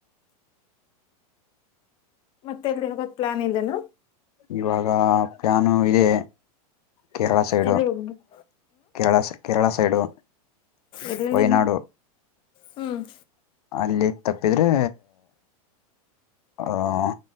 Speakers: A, on the left; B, on the left.
A: ಮತ್ತೆ ಎಲ್ಲಿ ಗ್ ಪ್ಲಾನ್ ಇದೇನಾ
B: ಇವಾಗ ಪ್ಯಾನು ಇದೆ ಕೇರಳ ಸೈಡು
A: ಎಲ್ಲಿ ಹೋಗ್ಬೇಕು
B: ಕೇರಳ. ಕೇರಳ ಸೈಡು
A: ಎಲ್ಲೆಲ್ಲಿಗೆ
B: ವಯನಾಡು
A: ಹ್ಮ್
B: ಅಲ್ಲಿ ತಪ್ಪಿದ್ರೆ? ಆಹ